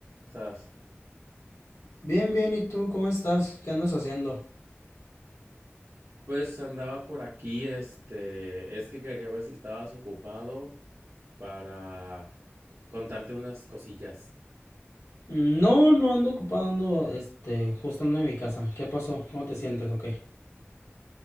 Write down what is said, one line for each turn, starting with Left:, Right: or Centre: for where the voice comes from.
Right: estás?
Left: Bien, bien, ¿y tú cómo estás? ¿Qué andas haciendo?
Right: Pues andaba por aquí, este, es que quería ver si estabas ocupado para contarte unas cosillas.
Left: No, no ando ocupado, ando, este, justo ando en mi casa. ¿Qué pasó? ¿Cómo te sientes o qué?